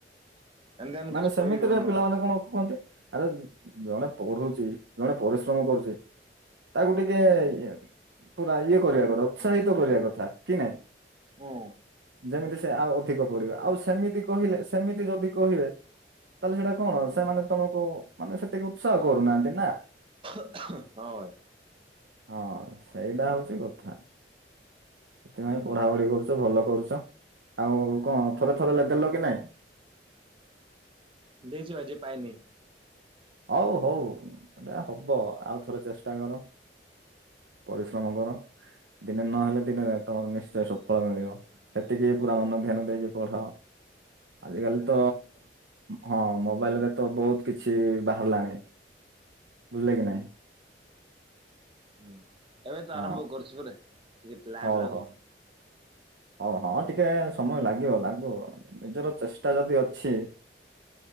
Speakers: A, on the right; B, on the right.
A: ଏମିତି ଆମେ କିଛି
B: ମାନେ ସେମିତିରେ
A: କହିବି ଅନୁରା।
B: ପିଲାମାନେ କଣ କୁହନ୍ତି ଆରେ ଜଣେ ପଢୁଚି ଜଣେ ପରିଶ୍ରମ କରୁଚି ତାକୁ ଟିକେ ଇଏ ପୁରା ଇଏ କରିବା କଥା ଉତ୍ସାହିତ କରିବା କଥା କି ନାଇଁ।
A: ହୁଁ।
B: ସେମିତି ସେ ଆଉ ଅଧିକ ପଡିବ ଆଉ ସେମିତି କହିଲେ ସେମିତି ଯଦି କହିବେ ତାହେଲେ ସେଇଟା କଣ ସେମାନେ ତମକୁ ମାନେ ସେତିକି ଉତ୍ସାହ କରୁନାହାନ୍ତି ନା।
A: ହଁ ଭାଇ।
B: ହଁ ସେଇଟା ହଉଚି କଥା। ସେଥିପାଇଁ
A: ହୁଁ।
B: ପଢାପଢି କରୁଚ ଭଲ କରୁଚ। ଆଉ କଣ ଥରେ ଥରେ ଲେ ଦେଲ କି ନାଇଁ?
A: ଦେଇଚି ବାଜିଏ ପାଇନି।
B: ଅଉ ହୋଉ ଏଇଟା ହବ ଆଉ ଥରେ ଚେଷ୍ଟା କର। ପରିଶ୍ରମ କର। ଦିନେ ନହେଲେ ଦିନେ ତମର ନିଶ୍ଚୟ ସଫଳ ମିଳିବ ସେତିକି ପୁରା ମନ ଧ୍ୟାନ ଦେଇକି ପଢ। ଆଜକାଲି ତ ହଁ ମୋବାଇଲ ରେ ତ ବହୁତ କିଛି ବା ବାହାରିଲାଣି, ବୁଝିଲେ କି ନାଇଁ।
A: ହୁଁ ଏବେ ତ
B: ହଁ
A: ଆରମ୍ଭ କରୁଛି ପ ଟିକେ ଟାଇମ
B: ହଉ
A: ଲାଗୁ।
B: ହଉ। ହଉ ହଁ ଟିକେ ସମୟ ଲାଗିବ, ଲାଗିବ ନିଜର ଚେଷ୍ଟା ଯଦି ଅଛି